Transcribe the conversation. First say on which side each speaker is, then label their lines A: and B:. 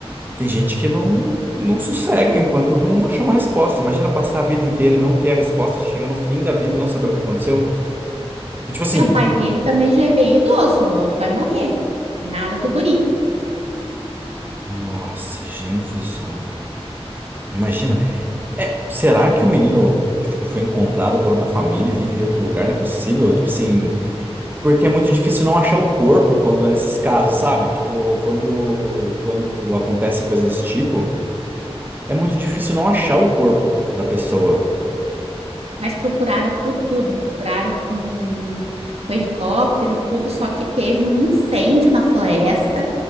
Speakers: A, on the right; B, on the right.
A: Tem gente que não, não sossega enquanto não achar uma resposta. Imagina passar a vida inteira e não ter a resposta, chegar no fim da vida e não saber o que aconteceu. E, tipo assim,
B: É, o pai dele também já é bem idoso, logo vai morrer. Nada do guri.
A: nossa, gente do céu. Imagina, é, será que o menino, tipo, foi encontrado por outra família e vive em outro lugar? Não é possível, tipo assim... Porque é muito difícil não achar o corpo quando é nesses casos, sabe? Tipo, quando, quando acontece coisa desse tipo, é muito difícil não achar o corpo da pessoa.
B: Mas procuraram por tudo, procuraram com, com helicóptero, tudo, só que teve um incêndio na floresta